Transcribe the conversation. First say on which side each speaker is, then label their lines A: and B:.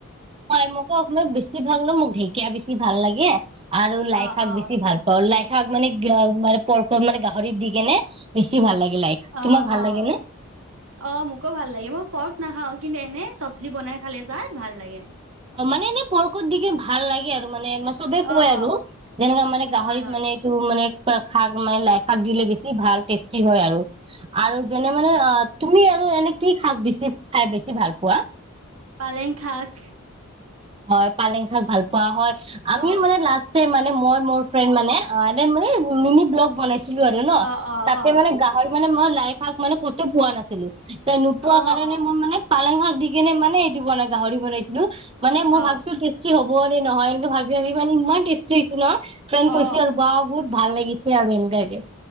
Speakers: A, on the right (about 25°); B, on the right (about 75°).
A: হয়, মোকো-মোক বেছি ভাল ন, মোক ঢেকীয়া বেছি ভাল লাগে। আৰু
B: অ',
A: লাই-শাক
B: অ'।
A: বেছি ভাল পাওঁ, লাই শাক মানে <unintelligible> পৰ্কত মানে গাহৰিত দি কেনে বেছি ভাল লাগে। লাই শাক
B: অ-অ-অ,
A: তোমাক ভাল লাগে নে?
B: মোকো ভাল লাগে, মোক পৰ্ক নাখাওঁ, কিন্তু এনে চব্জি বনাই খালে তাৰ ভাল লাগে।
A: অ, মানে এনে পৰ্কত দি কিনে ভাল লাগে আৰু মানে চবে
B: অ
A: কয় আৰু,
B: অ
A: যেনেকা মানে গাহৰিত
B: হয় হয়
A: মানে, এইটো মানে লাইশাক, মানে লাইশাক দিলে বেছি ভাল টেষ্টি হয় আৰু-আৰু যেনে, মানে তুমি আৰু এনে কি শাক বেছি খাই বেছি ভাল পোৱা?
B: পালেং শাক।
A: হয় পালেং শাক ভাল খোৱা হয়, আমিও
B: অ
A: মানে লাষ্ট মানে মই মোৰ ফ্ৰেণ্ড মানে অ এ মানে মিনি ব্লগ বনাই ছিলো আৰু ন
B: অ অ
A: তাতে
B: অ
A: মানে গাহৰি মানে মই লাই শাক মানে কতো পোৱা নাছিলো তাই নোপোৱা
B: অ
A: কাৰণে
B: অ
A: মই মানে পালেং শাক দি কেনে মানে এইটো বনাই গাহৰি বনাইছিলো। মানে মই
B: অ
A: ভাবছোঁ টেষ্টি হ'ব নে - নহয় এনেকে ভাবি ভাবি মানে ইমান টেষ্টি লাগিছে ন। ফ্ৰেণ্ড
B: অ
A: কৈছি আৰু বাৱ বহুত ভাল লাগিছে আৰু এনেকুৱাকে।